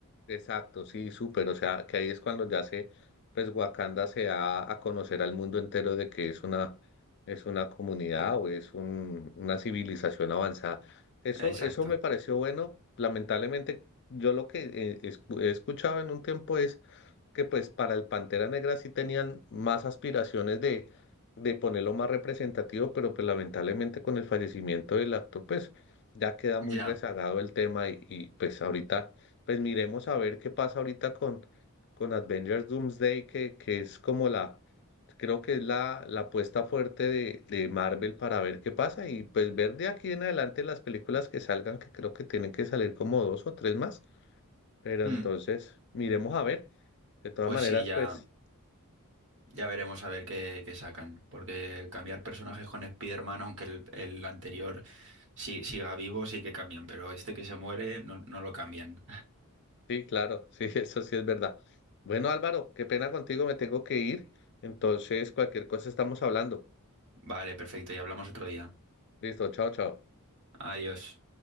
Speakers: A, on the left (about 50°); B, on the right (about 55°).
A: Exacto, sí, súper. O sea, que ahí es cuando ya se, pues Wakanda se da a conocer al mundo entero de que es una, es una comunidad o es un, una civilización avanzada. Eso,
B: Exacto,
A: eso me pareció bueno. Lamentablemente, yo lo que eh, escu- he escuchado en un tiempo es que pues para el Pantera Negra sí tenían más aspiraciones de, de ponerlo más representativo, pero pues lamentablemente con el fallecimiento del actor, pues ya queda muy
B: ya.
A: rezagado el tema y, y pues ahorita pues miremos a ver qué pasa ahorita con, con Avengers Doomsday, que, que es como la, creo que es la, la apuesta fuerte de, de Marvel para ver qué pasa y pues ver de aquí en adelante las películas que salgan, que creo que tienen que salir como dos o tres más, pero
B: Mm.
A: entonces miremos a ver. De todas
B: Pues
A: maneras,
B: sí, ya.
A: pues
B: Ya veremos a ver qué, qué sacan, porque cambiar personajes con Spider-Man, aunque el, el anterior sí, siga vivo, sí que cambian, pero este que se muere no, no lo cambian.
A: sí, claro, sí, <laughs> eso sí es verdad. Bueno, Álvaro, qué pena contigo, me tengo que ir, entonces cualquier cosa estamos hablando.
B: <laughs> Vale, perfecto, y hablamos otro día.
A: Listo, chao, chao.
B: Adiós.